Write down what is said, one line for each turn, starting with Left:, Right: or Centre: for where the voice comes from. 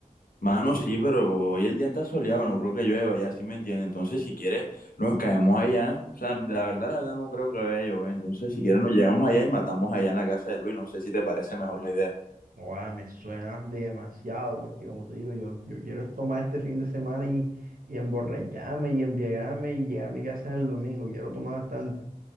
Left: Mano, sí, pero hoy el día está soleado, no creo que llueva, ya sí me entiendes. Entonces, si quieres, nos caemos allá. O sea, la verdad, la verdad, no creo que vaya a llover. Entonces,
Right: Mm,
Left: si quieres, nos llegamos allá y matamos allá en la casa de Luis. No sé si te parece mejor la idea.
Right: guau, me suena demasiado porque como te digo, yo, yo quiero tomar este fin de semana y, y emborracharme y embriagarme y llegar a mi casa el domingo. Quiero tomar bastante.